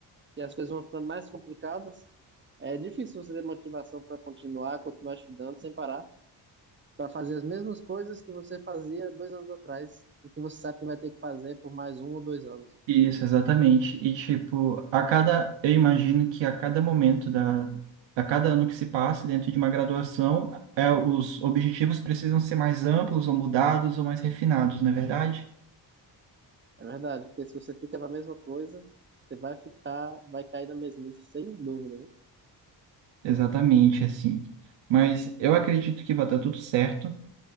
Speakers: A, on the right (about 25°); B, on the right (about 80°).
A: e as coisas vão ficando mais complicadas. É difícil você ter motivação para continuar, continuar estudando sem parar, para fazer as mesmas coisas que você fazia dois anos atrás e que você sabe que vai ter que fazer por mais um ou dois anos.
B: Isso, exatamente. E tipo, a cada, eu imagino que a cada momento da, a cada ano que se passe dentro de uma graduação, é, os objetivos precisam ser mais amplos, ou mudados, ou mais refinados, não é verdade?
A: É verdade, porque se você fica na mesma coisa, você vai ficar, vai cair na mesmice, sem dúvida, né?
B: Exatamente, assim. Mas eu acredito que vai dar tudo certo